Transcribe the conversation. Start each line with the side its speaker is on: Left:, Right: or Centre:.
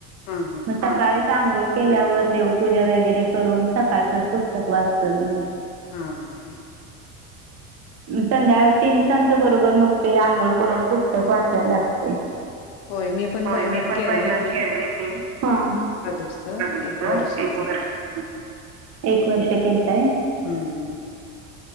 Left: हा हा
Right: मग सकाळी अंघोळ केल्यावर देवपूजा वगैरे, करून सकाळचचं पुस्तक वाचतोय मी.
Left: हा हा हा.
Right: संध्या तिन सांजच बरोबर, मग ते आंघोळ करून पुस्तक वाचायला लागतयं.
Left: होय मी पण
Right: होय,
Left: पहिलं
Right: मी पण
Left: केलंय
Right: पहिलं
Left: मी
Right: केलंय मी. <unintelligible>
Left: प्रदोषच एक वर्षाच
Right: एक वर्ष केल. एक वर्ष केलता होय.
Left: हम्म!